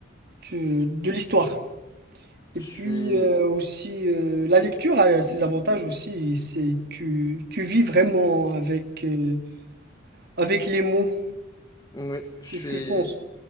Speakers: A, on the right; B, on the left.
A: de, de l'histoire.
B: Je
A: Et
B: suis...
A: puis euh, aussi, euh, la lecture a ses avantages aussi, c'est tu, tu vis vraiment avec... euh, Avec les mots,
B: Oui, je
A: c'est
B: suis.
A: ce que je pense.